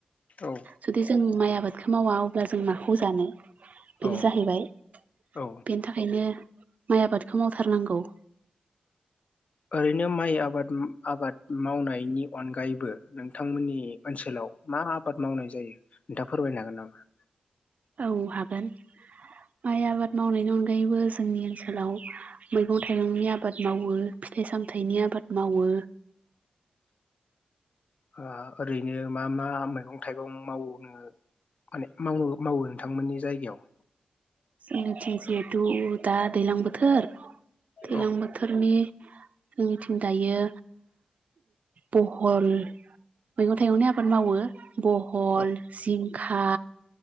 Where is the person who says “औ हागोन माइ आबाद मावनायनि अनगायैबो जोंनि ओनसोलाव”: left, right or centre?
Right